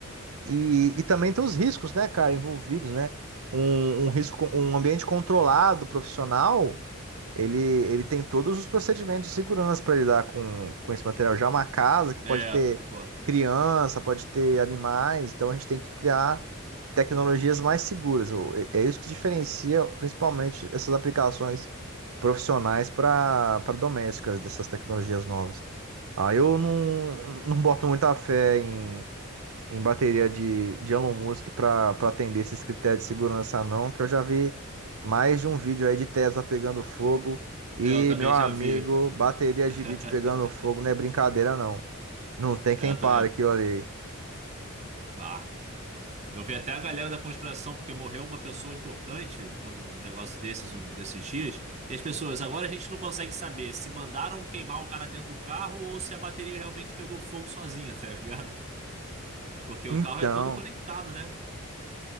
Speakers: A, on the right; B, on the right.
A: e, e também tem os riscos, né, cara, envolvidos, né? Um, um risco, um ambiente controlado, profissional, ele, ele tem todos os procedimentos de segurança para lidar com, com esse material. Já é uma casa que pode
B: É,
A: ter
B: concordo.
A: criança, pode ter animais, então a gente tem que criar tecnologias mais seguras. O- É é isso que diferencia principalmente essas aplicações profissionais para para domésticas dessas tecnologias novas. Ah, eu não, não boto muita fé em em bateria de, de Elon Musk para atender esses critérios de segurança, não, que eu já vi mais de um vídeo aí de Tesla pegando fogo e,
B: Eu também
A: meu amigo,
B: já vi.
A: bateria
B: <laughs>
A: de lítio pegando fogo não é brincadeira, não. Não tem quem
B: É, eu
A: pare
B: tô- é,
A: aqui, olha.
B: ah, Eu vi até a galera da conspiração, porque morreu uma pessoa importante num negócio desses, um desses dias, e as pessoas, agora a gente não consegue saber se mandaram queimar o cara dentro do carro ou se a bateria realmente pegou fogo sozinha, <laughs> tá ligado? Porque
A: Então,
B: o carro é todo conectado, né?